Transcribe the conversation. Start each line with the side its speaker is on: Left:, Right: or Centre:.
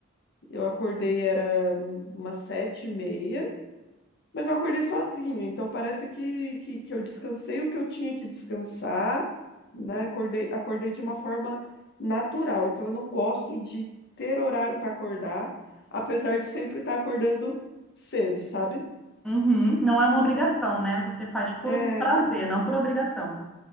Left: eu acordei, era hum, umas sete e meia, mas eu acordei sozinha, então parece que, que, que eu descansei o que eu tinha que descansar, né? Acordei, acordei de uma forma natural. Então eu não gosto de ter horário para acordar, apesar de sempre estar acordando cedo, sabe?
Centre: Uhum, Não é uma obrigação, né? Você faz por
Left: É,
Centre: prazer, não por obrigação.